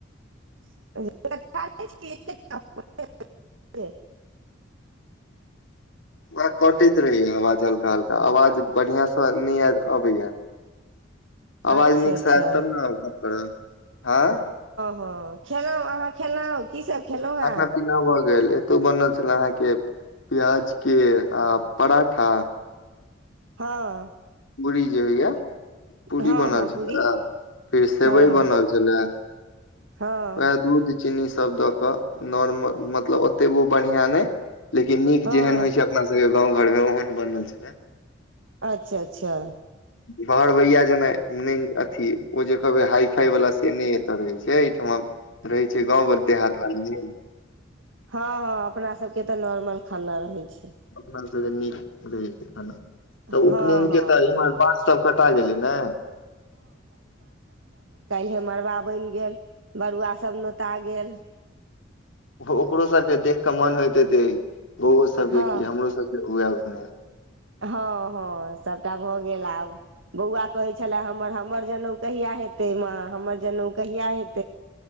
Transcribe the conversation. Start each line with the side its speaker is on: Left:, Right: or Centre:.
Right: <unintelligible>
Left: <unintelligible> कटैत रहैया अवाज हल्का-हल्का, अवाज बढ़ियां से नै आएल अबैया।
Right: अच्छा
Left: अवाज नीक
Right: अच्छा
Left: से आएत तब ने हम गप्प करब। हय।
Right: हां खेलौ, अहाँ खेलौ। की सब खेलौ हैं।
Left: खाना पीना भऽ गेल, एतो बनल छल अहाँ के प्याज के आ पराठा
Right: हाँ।
Left: पुरी जे होय या। पूरी
Right: हँ
Left: बनल
Right: हँ
Left: छलै,
Right: पूरी
Left: फिर सेवय
Right: हँ
Left: बनल छलै।
Right: हँ
Left: उहाए दूध चीनी सब द क नॉर्मल मतलब ओतेबो बढ़िया नै लेकिन नीक
Right: हँ
Left: जेहेन होय छै अपना सके गाँव घर मे ओहन बनल छै।
Right: अच्छा-अच्छा।
Left: बहरवैया जेना नै अथी ओ जे कहबै हाई फाई वला से नै एता होय छै, ए ठमा रहै छै गाँव व देहात <unintelligible>
Right: हाँ हाँ अपना सबके ते नॉर मल खाना रहै छै।
Left: अपना सबके नीक लगै छै खाना।
Right: हँ
Left: तऽ उपनैन
Right: हँ
Left: के ते इम्हर बास सब कटा गेलै ने।
Right: हे मरबा बैन गेल, बरुआ सब नोता गेल।
Left: ओ ओकरो सबके देख के मन होएत हेते बौअवो सबके
Right: हँ
Left: की हमरो सबके हुआए ह।
Right: हँ हँ सबटा भऽ गेल आब। बौआ कहै छले हमर हमर जनउ कहिया हेते माँ हमर जनेउ कहिया हेतै